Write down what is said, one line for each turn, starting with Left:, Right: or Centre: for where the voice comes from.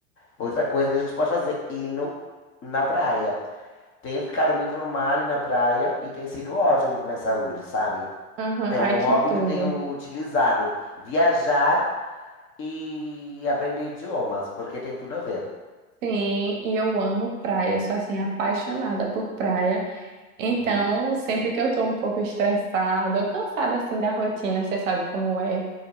Left: Outra coisa que a gente pode fazer, ir no, na praia. Tenho ficado muito no mar e na praia e tem sido ótimo para minha saúde, sabe?
Right: Aham,
Left: É
Right: Ai,
Left: um hobby
Right: que tudo.
Left: que eu tenho utilizado. Viajar e aprender idiomas, porque tem tudo a ver.
Right: Sim, e eu amo praia, eu sou assim apaixonada por praia. Então,
Left: Uhum.
Right: sempre que eu tô um pouco estressada ou cansada assim da rotina, você sabe como é.